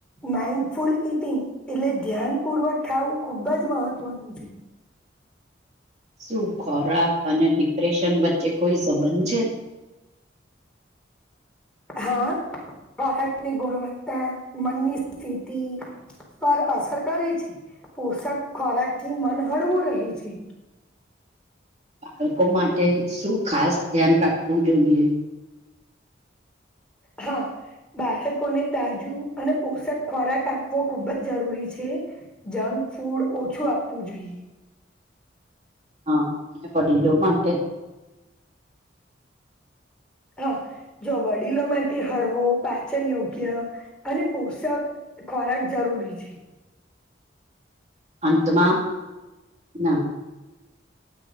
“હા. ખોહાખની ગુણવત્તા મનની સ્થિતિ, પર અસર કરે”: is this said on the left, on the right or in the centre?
Centre